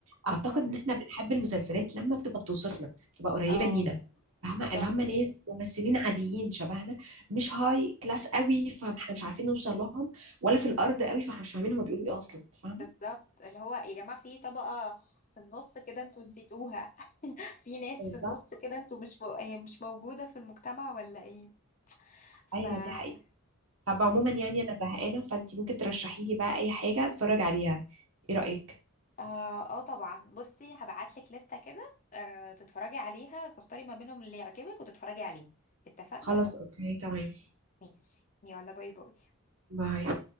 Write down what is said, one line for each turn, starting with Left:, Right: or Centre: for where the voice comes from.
Left: بالظبط
Right: اعتقد ان احنا بنحب المسلسلات لما بتبقى بتوصفنا بتبقى قريبه
Left: اه
Right: لينا فاهمه
Left: بالظبط
Right: اللي هم ناس ممثلين عاديين شبهنا مش هاي كلاس قوي فاحنا مش عارفين نوصل لهم ولا في الارض قوي فاحنا مش فاهمين هم بيقولوا ايه اصلا فاهمه
Left: بالظبط اللي هو يا جماعة في طبقة في النص كده انتوا نسيتوها <laughs> في ناس
Right: بالظبط
Left: في النص كده انتوا مش مو... هي مش موجودة في المجتمع ولا ايه ف
Right: ايوه
Left: اه
Right: دي حقيقة طب عموما يعني انا زهقانه فانت ممكن ترشحي لي بقى اي حاجه اتفرج عليها ايه رايك
Left: اه, آه طبعا بصي هبعتلك لستة كده آه تتفرجي عليها تختاري ما بينهم اللي يعجبك وتتفرجي عليه اتفقنا
Right: خلاص اوكي تمام
Left: ماشي يلا باي باي
Right: باي